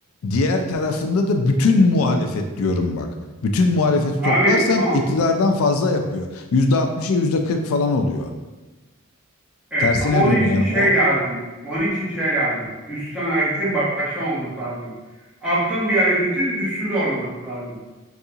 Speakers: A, on the left (about 85°); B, in the centre.
A: diğer tarafında da bütün muhalefet diyorum bak. Bütün muhalefeti
B: Abi
A: toplarsan
B: tamam.
A: iktidardan fazla yapıyor. Yüzde altmışa %40 falan oluyor.
B: Evet
A: Tersine
B: ama onun
A: dönüyor
B: için
A: yani.
B: şey
A: O
B: lazım. Onun için şey lazım. Üstten hareketin başlamaması lazım. Alttan bir hareketin üstü zorlaması lazım.